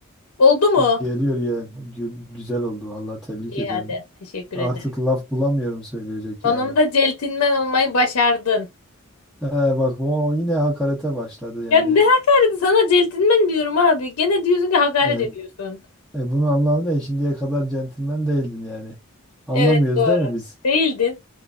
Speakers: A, on the left; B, in the centre.
A: Oldu mu?
B: Geliyor ya. Gül, güzel oldu vallahi tebrik
A: İyi
B: ederim.
A: hadi. Teşekkür
B: Artık
A: ederim.
B: laf bulamıyorum söyleyecek
A: Sonunda
B: yani.
A: celtinmen olmayı başardın.
B: He, bak o yine hakarete başladı yani.
A: Ya ne hakaret sana celtinmen diyorum abi. Gene diyorsun ki hakaret
B: Yani
A: ediyorsun.
B: e, bunun anlamı ne? Şimdiye kadar centilmen değildin yani. Anlamıyoruz
A: Evet doğru.
B: değil mi biz?
A: Değildin.